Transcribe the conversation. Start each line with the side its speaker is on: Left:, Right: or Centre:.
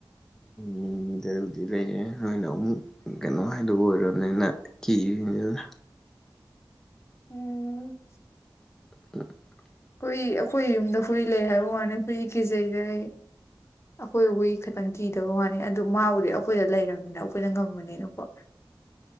Centre: ꯃꯤꯃꯤꯗ ꯕꯨꯗꯤ ꯂꯩꯔ‌ꯦ ꯅꯣꯏꯅ ꯑꯃꯨꯛ ꯀꯩꯅꯣ ꯍꯥꯏꯗꯨ ꯑꯣꯏꯔꯕꯅꯤꯅ ꯀꯤꯔꯤꯅꯤꯅ
Left: ꯎꯝ
Centre: <unintelligible>
Left: ꯍꯨꯏ ꯑꯈꯣꯏ ꯌꯨꯝꯗ ꯍꯨꯏ ꯂꯩ ꯍꯥꯏꯕ ꯋꯥꯅꯤ ꯍꯨꯏ ꯀꯤꯖꯩꯗ ꯑꯩ ꯑꯈꯣꯏ ꯍꯨꯏ ꯈꯤꯇꯪ ꯀꯤꯗꯕ ꯋꯥꯅꯤ ꯑꯗꯨ ꯃꯥꯕꯨꯗꯤ ꯑꯩꯈꯣꯏꯗ ꯂꯩꯔꯕꯝꯅꯤꯅ ꯑꯩꯈꯣꯏꯅ ꯉꯝꯃꯅꯤꯅꯀꯣ
Centre: <inaudible>